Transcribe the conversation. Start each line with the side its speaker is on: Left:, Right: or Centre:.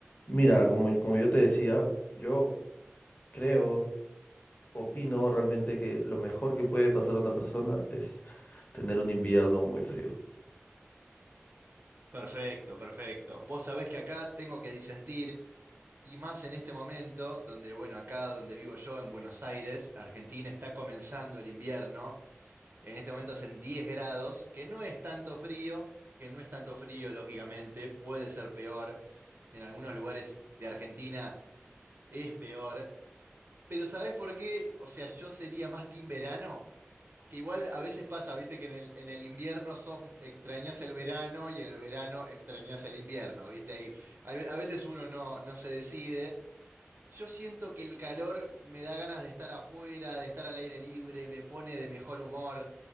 Left: Mira, como, como yo te decía, yo creo, opino realmente que lo mejor que puede pasar a una persona es tener un invierno muy frío.
Right: Perfecto, perfecto. Vos sabés que acá tengo que disentir, y más en este momento, donde, bueno, acá donde vivo yo, en Buenos Aires, Argentina, está comenzando el invierno. En este momento hacen 10 grados, que no es tanto frío, que no es tanto frío, lógicamente, puede ser peor. En algunos lugares de Argentina es peor. Pero ¿sabés por qué? O sea, yo sería más team verano que igual a veces pasa, viste, que en el, en el invierno sos, extrañas el verano y en el verano extrañas el invierno, viste. Hay- hay- a veces uno no, no se decide. Yo siento que el calor me da ganas de estar afuera, de estar al aire libre, me pone de mejor humor.